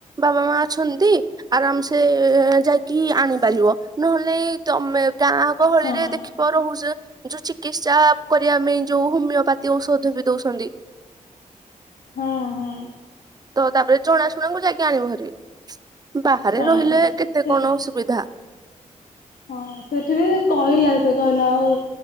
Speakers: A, on the right; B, on the left.
A: ବାବାମାଆ ଅଛନ୍ତି ଆରାମସେ ଯାଇକି ଆଣିପାରିବ ନହେଲେ ନାଇଁ ତମେ ଗାଁ ଗହଳିରେ
B: ହଁ
A: ଦେଖିବ ରହୁଚେ ଯୋଉ ଚିକିତ୍ସା କରିବା ପାଇଁ ଯୋଉ ହୋମିଓପାଥି ଔଷଧ ବି ଦୋଉଛନ୍ତି।
B: ହଁ ହୁଁ।
A: ତ ତାପରେ ଜଣାଶୁଣାଙ୍କୁ ଯାଇକି ଆଣିବ ଭାରି। ବାହାରେ
B: ହଁ।
A: ରହିଲେ କେତେ
B: ସେ
A: କଣ ଅସୁବିଧା।
B: ହଁ ସେଠି ବି କହିଲା ସେ କହିଲା ଆଉ